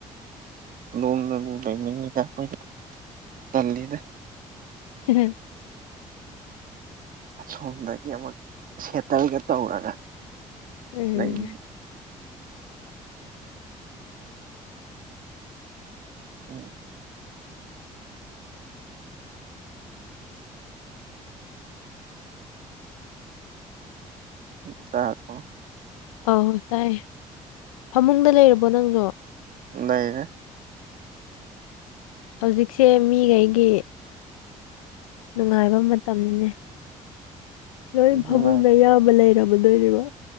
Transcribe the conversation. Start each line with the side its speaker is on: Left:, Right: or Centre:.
Right: ꯂꯣꯝꯅꯕꯨ ꯂꯩꯅꯤꯡꯉꯤꯗ ꯑꯩꯈꯣꯏꯗ ꯆꯜꯂꯤꯗ
Left: ꯎꯝ
Right: ꯑꯁꯣꯝꯗꯒꯤ ꯑꯃꯨꯛ ꯁꯦꯇꯜꯒ ꯇꯧꯔꯒ
Left: ꯎꯝ
Right: ꯂꯩ ꯎꯝ ꯎꯝ ꯇꯄꯣ
Left: ꯑꯣꯏ ꯇꯥꯏꯌꯦ ꯐꯃꯨꯡꯗ ꯂꯩꯔꯕꯣ ꯅꯪꯁꯨꯣ
Right: ꯅꯅꯦ
Left: ꯍꯧꯖꯤꯛꯁꯦ ꯃꯤꯈꯩꯒꯤ ꯅꯨꯡꯉꯥꯏꯕ ꯃꯇꯝꯅꯤꯅꯦ ꯂꯣꯏ
Right: ꯅꯨꯡꯉꯥꯏ
Left: ꯐꯃꯨꯡꯗ ꯏꯌꯥꯝꯕ ꯂꯩꯔꯝꯃꯗꯣꯏꯔꯤꯕ